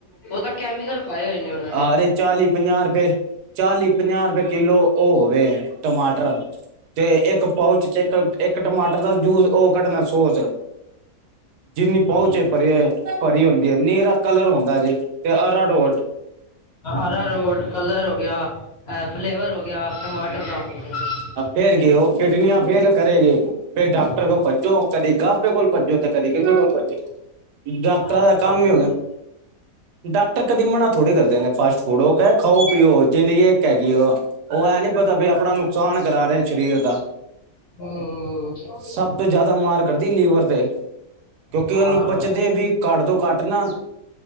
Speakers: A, on the left; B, on the right.
A: ਓ ਤਾ ਕੈਮੀਕਲ ਪਾਏ ਹੋਏ ਨੇ ਓਨਾ
B: ਆਰੇ ਚਾਲੀ-ਪੰਜਾਅ ਰਪਏ ਚਾਲੀ-ਪੰਜਾਅ ਰਪਏ ਕਿੱਲੋ ਓ ਹੋਗੇ, ਟਮਾਟਰ ਤੇ ਏਕੱ ਪਾਊਚ ਚ ਏਕੱ- ਏਕੱ ਟਮਾਟਰ ਦਾ ਜੂਸ ਓ ਕੱਡਨਾ ਸੋਚ ਜਿੰਨੀ
A: ਹਾਂਜੀ
B: ਪਾਉਚ ਏ ਭਰੇ ਐ, ਭਰੀ ਹੁੰਦੀ ਏ, ਨੀਰਾ ਕਲਰ ਹੁੰਦਾ ਜੇ, ਤੇ ਅਰਾੜੋੜ
A: ਅਰਾਰੋਡ ਕਲਰ ਹੋ ਗੇਆ, ਐ ਫਲੇਵਰ ਹੋ ਗੇਆ ਟਮਾਟਰ ਦਾ ਹਾਂਜੀ
B: ਆ ਫੇਰ ਕੇ, ਓ ਕਿਡਨੀਆਂ ਫੇਲ ਕਰੇਗੇ। ਫੇਰ ਡਾਕਟਰ
A: ਹਾਂ
B: ਕੋਲ ਭੱਜੋ, ਕਦੇ ਗਾਬੇ ਕੋਲ ਭੱਜੋ, ਤੇ ਕਦੇ ਕਿਸੇ ਕੋਲ ਭੱਜੋ। ਡਾਕਟਰਾਂ
A: ਇਹ
B: ਦਾ
A: ਤਾਂ ਗੱਲ
B: ਕੰਮ ਈ ਹੋਗੇਆ,
A: ਏ
B: ਡਾਕਟਰ ਕਦੀ ਮਣਾ ਥੋੜੀ ਕਰਦੇ ਨੇ ਫਾਸਟ ਫੂਡ, ਓ ਕੈ ਖਾਓ-ਪੀਓ, ਜ਼ਿੰਦਗੀ ਏੱਕ ਹੈਗੀ ਏ, ਓ ਐ ਨੀ ਪਤਾ ਬੀ ਅਪਣਾ ਨੂੰ ਨੁਕਸਾਨ ਕਰਾ ਰੇ ਸ਼ਰੀਰ ਦਾ।
A: ਹੂੰ
B: ਸਬ ਤੋ ਜਾਦਾ ਮਾਰ ਕਰਦੀ ਲੀਵਰ ਤੇ। ਕਿਓਕਿ
A: ਹਾਂ
B: ਓਨੂੰ ਪੁਚਦੇ ਵੀ, ਘਾੱਟ ਤੋ ਘਾੱਟ ਨਾ